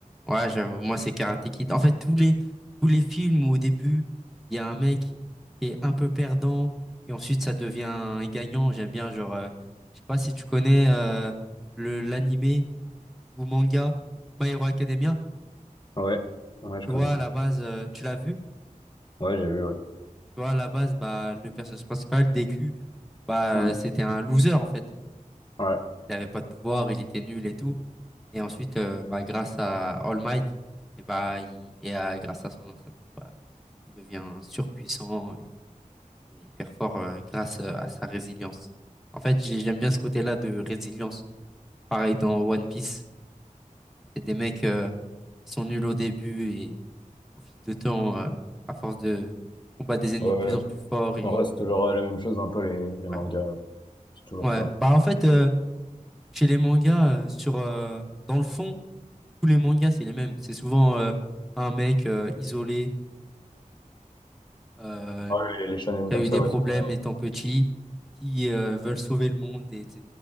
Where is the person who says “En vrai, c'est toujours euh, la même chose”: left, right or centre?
Left